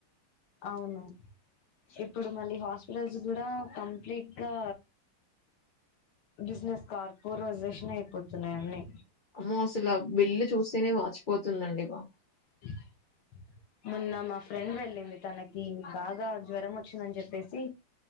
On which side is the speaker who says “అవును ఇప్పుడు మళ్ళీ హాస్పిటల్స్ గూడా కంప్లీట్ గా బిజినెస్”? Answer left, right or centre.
Left